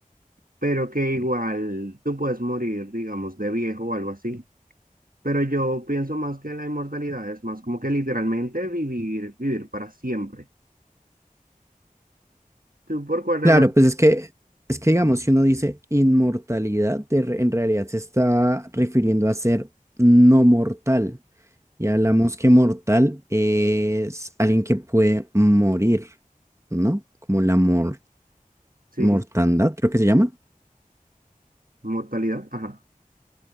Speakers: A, on the right; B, on the right.
A: pero que igual tú puedes morir, digamos, de viejo o algo así. Pero yo pienso más que la inmortalidad es más como que literalmente vivir, vivir para siempre. ¿Tú por cuál de
B: Claro,
A: las...
B: pues es que, es que digamos,
A: ah,
B: si uno dice inmortalidad, de re- en realidad se está refiriendo a ser no mortal. Y hablamos que mortal es alguien que puede morir, ¿no? Como la mor-
A: sí,
B: mortandad,
A: sí,
B: creo que se llama.
A: inmortalidad, ajá.